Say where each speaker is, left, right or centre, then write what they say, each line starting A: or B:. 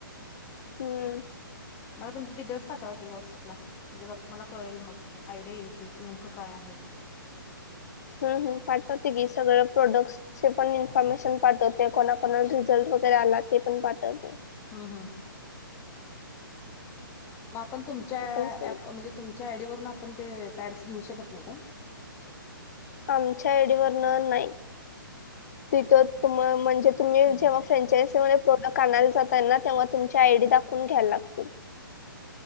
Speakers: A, on the left (about 45°); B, on the left (about 20°).
A: हम्म.
B: मला तुमचे डटेल्स पाठवा की व्हटसअपला. म्हणजे बघ मला कळेल मग आयडिया येईल की नेमकं काय आहे ते.
A: हम्म हम्म. पाठवते की सगळ प्रोडक्ट चे पण इन्फॉर्मेशन पाठवते कोणा, कोणा रिझल्ट वगैरे आला ते पण पाठवते.
B: हम्म हम्म. म आपण तुमच्या
A: ते पण सगळं
B: ॲप म्हणजे तुमच्या आडी वरुन आपण ते पॅड्स घेऊ शकत नाही काय?
A: आमच्या आडीवरन नाही तिथ तुम म्हणजे तुम्ही
B: हम्म
A: जेव्हा फ्रचायसी मध्ये प्रॉडक्ट आनाला जात ना तेव्हा तुमची आयडी दाखवून घ्यायला लागतील.